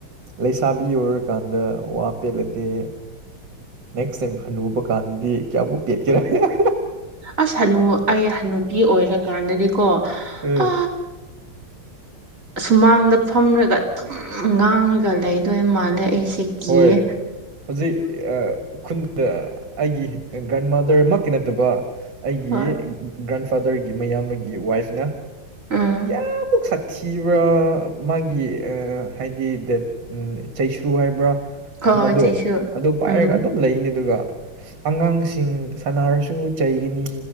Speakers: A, on the right (about 60°); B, on the right (about 35°).
A: ꯂꯩꯁꯥꯕꯤ ꯑꯣꯏꯔꯀꯥꯟꯗ ꯋꯥ ꯄꯦꯜꯂꯗꯦ ꯅꯦꯛꯁ ꯇꯥꯏꯝ ꯍꯅꯨꯕ ꯀꯥꯟꯗꯗꯤ ꯀꯌꯥꯕꯨꯛ ꯄꯦꯠꯀꯦꯔꯔ
B: ꯑꯁ ꯍꯅꯨ ꯑꯩ ꯍꯅꯨꯄꯤ ꯑꯣꯏꯔꯀꯥꯟꯗꯗꯤꯀꯣ
A: ꯎꯝ
B: ꯑ ꯁꯨꯃꯥꯡꯗ ꯐꯝꯔꯒ ꯑꯗꯨꯝ ꯉꯥꯡꯉꯒ ꯂꯩꯗꯣꯏ ꯃꯥꯜꯂꯦ ꯑꯩꯁꯦ ꯀꯤꯌꯦ
A: ꯍꯣꯏ ꯍꯧꯖꯤꯛ ꯈꯨꯟꯗ ꯑꯩꯒꯤ ꯒ꯭ꯔꯥꯟꯃꯗꯔꯃꯛꯀꯤ ꯅꯠꯇꯕ ꯑꯩꯒꯤ
B: ꯍꯣꯏ
A: ꯒ꯭ꯔꯥꯟ ꯐꯥꯗꯔꯒꯤ ꯃꯌꯥꯝꯕꯒꯤ ꯋꯥꯏꯐꯅ
B: ꯎꯝ
A: ꯀꯌꯥꯃꯨꯛ ꯁꯥꯊꯤꯕ꯭ꯔꯥ ꯃꯥꯒꯤ ꯍꯥꯏꯗꯤ ꯗ ꯑ ꯆꯩꯁ꯭ꯔꯨ ꯍꯥꯏꯕ꯭ꯔꯥ
B: ꯍꯣꯏ
A: ꯃꯗꯣ
B: ꯍꯣꯏ ꯆꯩꯁꯨ
A: ꯑꯗꯨ ꯄꯥꯏꯔꯒ
B: ꯎꯝ
A: ꯑꯗꯨꯝ ꯂꯩꯅꯦ ꯑꯗꯨꯒ ꯑꯉꯥꯡꯁꯤꯡ ꯁꯥꯟꯅꯔꯁꯨ ꯆꯩꯒꯅꯤ